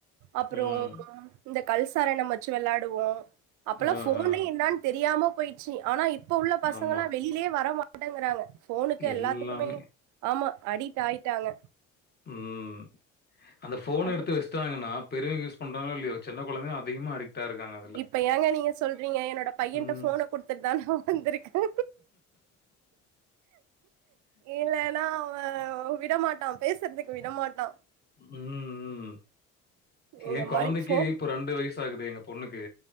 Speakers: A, on the right; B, on the left.
A: அப்றோ
B: ம்.
A: இந்த கல்சரணம் வச்சு வெள்ளாடுவோ அப்பெல்லா
B: ஆ,
A: ஃபோனே
B: ஆ.
A: என்னான் தெரியாம போயிச்சு ஆனா இப் இப்ப உள்ள பசங்கலா
B: ஆமா.
A: வெளிலியே வரமாட்டேங்றாங்க ஃபோனுக்கு
B: எல்லாமே.
A: எல்லாத்துக்குமே ஆமா அடிக்ட் ஆயி ட்டாங்க
B: ம் அந்த ஃபோன
A: அப்
B: எடுத்து வெச் ட்டாங்னா பெரியவங்க யூஸ் பண்றாங்ளோ இல்லியோ சின்ன கொழந்தைக அதிகமா அடிக் டாருக்காங்க
A: இப்ப ஏங்க நீங்க சொல்றீங்க என்னோட பையன்ட்ட
B: ம்.
A: ஃபோன குடுத்துட்டுதா நா வந்துருக்க இல்லன்னா அவ விடமாட்டா பேசுறதுக்கு விடமாட்டா
B: ம் ம்
A: இந்த
B: எ கொழந்தைக்கி
A: மாரி ஃபோன்
B: இப்போ ரெண்டு வயச் சு ஆகுது எங்க பொண்ணுக்கு